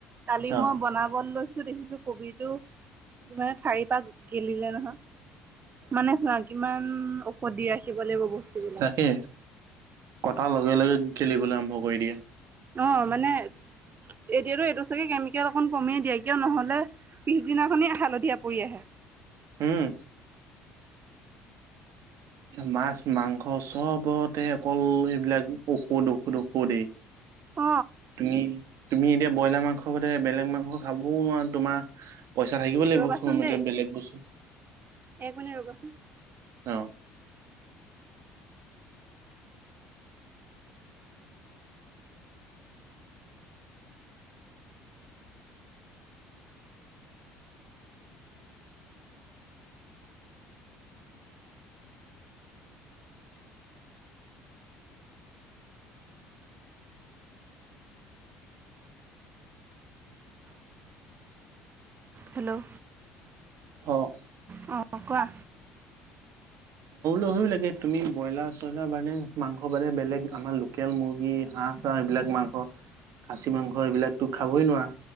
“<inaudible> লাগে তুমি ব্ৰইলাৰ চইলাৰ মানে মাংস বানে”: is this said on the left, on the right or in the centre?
Right